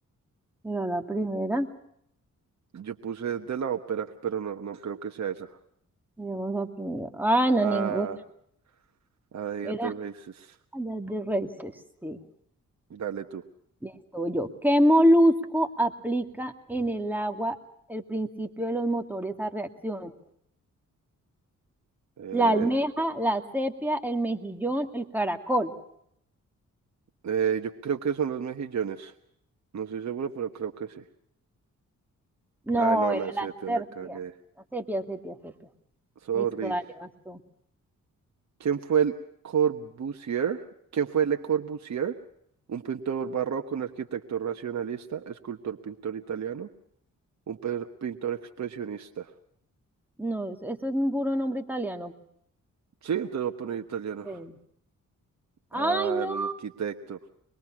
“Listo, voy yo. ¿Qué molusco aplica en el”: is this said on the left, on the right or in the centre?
Centre